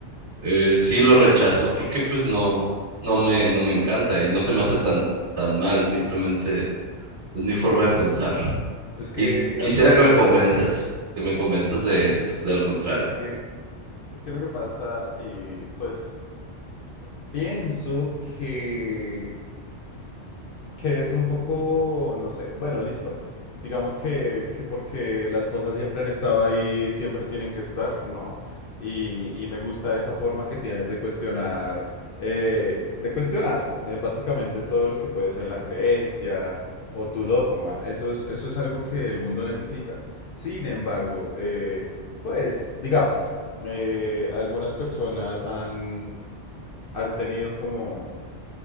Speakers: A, on the right (about 70°); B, on the left (about 60°).
A: eh, sí lo rechazo porque pues no, no me, no me encanta y no se me hace tan, tan mal, simplemente es mi forma de pensar.
B: Es que
A: Y quisiera
B: a mí,
A: que
B: a
A: me
B: mí
A: convenzas,
B: me parece,
A: que me convenzas de esto, de lo contrario.
B: es que, es que lo que pasa, si pues pienso que que es un poco, no sé, bueno, listo. Digamos que, que porque las cosas siempre han estado ahí, siempre tienen que estar, no. Y, y me gusta esa forma que tienes de cuestionar, eh, de cuestionar eh, básicamente todo lo que puede ser la creencia o tu dogma. Eso es, eso es algo que el mundo necesita. Sin embargo, eh, pues, digamos, eh, algunas personas han, han tenido como